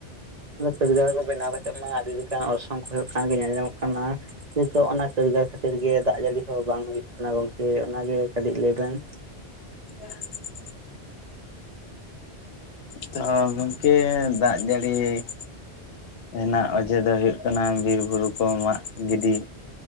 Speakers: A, on the right (about 45°); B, on the left (about 70°).
A: ᱠᱟᱹᱟᱹᱨᱜᱟᱨ ᱠᱚ ᱵᱮᱱᱟᱣ ᱠᱟᱛᱮᱜ ᱢᱟ ᱟᱹᱰᱤ ᱞᱮᱠᱟᱱ ᱚᱨᱥᱚᱝ ᱠᱚ ᱦᱩᱭᱩᱜ ᱠᱟᱱᱜ ᱧᱮᱞ ᱧᱟᱢᱚᱜ ᱠᱟᱱᱟ ᱱᱤᱛᱚᱜ ᱚᱱᱟ ᱠᱟᱹᱨᱜᱟᱨ ᱠᱷᱟᱹᱛᱤᱨ ᱜᱮ ᱫᱟᱜ ᱡᱟᱹᱲᱤ ᱦᱚᱸ ᱵᱟᱝ ᱦᱩᱭᱩᱜ ᱠᱟᱱᱟ ᱜᱚᱝᱠᱮ ᱚᱱᱟᱜᱮ ᱠᱟᱹᱴᱤᱡ ᱞᱟᱹᱭ ᱵᱮᱱ?
B: <unintelligible> ᱛᱚ ᱜᱚᱢᱠᱮ ᱫᱟᱜ ᱡᱟᱹᱲᱤ ᱾ ᱨᱮᱱᱟᱜ ᱚᱡᱮ ᱫᱚ ᱦᱩᱭᱩᱜᱜ ᱠᱟᱱᱟ ᱵᱤᱨ ᱾ ᱵᱩᱨᱩ ᱠᱚ ᱢᱟᱜ ᱜᱤᱰᱤ